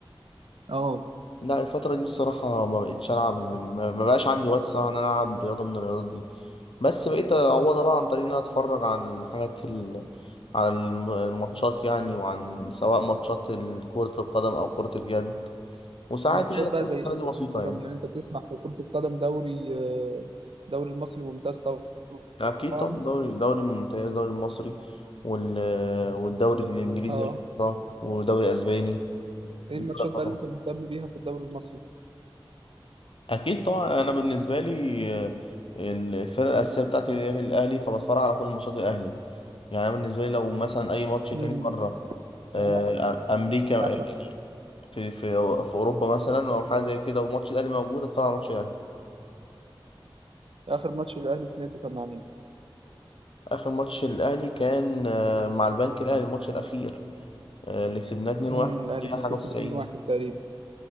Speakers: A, on the right; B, on the left.
A: اه
B: لا الفترة دي الصراحة ما بقتش ألعب ما ما بقاش عندي وقت صراحة إن أنا ألعب رياضة من الرياضات دي بس بقيت أعوضها بقى عن طريق إن أنا أتفرج على الحاجات ال... على الم- الماتشات يعني وعن سواء ماتشات ال- كرة القدم أو كرة اليد وساعات
A: ماتشات
B: يعني
A: بقى
B: كرة
A: زي
B: السلة
A: ايه في
B: دي
A: كرة
B: بسيطة
A: القدم
B: يعني
A: يعني انت بتسمع في كرة القدم دوري آه، دوري المصري ممتاز طبعا
B: أكيد طبعا دوري دوري ممتاز دوري المصري وال... والدوري الإنجليزي
A: اه
B: أقراه، ودوري أسباني
A: ايه
B: دوري
A: الماتشات بقى
B: أقراه.
A: اللي انت مهتم بيها في الدوري المصري
B: أكيد طبعا أنا بالنسبة لي آه، الفرقة الأساسية بتاعتي هي الأهلي فبتفرج على كل ماتشات الأهلي يعني أنا بالنسبة لي لو مثلا أي ماتش تاني
A: امم
B: بره آه،
A: انا
B: أمريكا
A: اخر
B: آه، في في في أوروبا مثلا أو حاجة زي كده وماتش الأهلي موجود أتفرج على ماتش الأهلي
A: اخر ماتش الاهلي سمعته كان مع مين
B: آخر ماتش الأهلي كان آه، مع البنك الأهلي الماتش الأخير آه، اللي كسبناه 2-1
A: امم الاهلي
B: دقيقة
A: كان
B: حاجة
A: كسب
B: و90
A: 2-1 تقريبا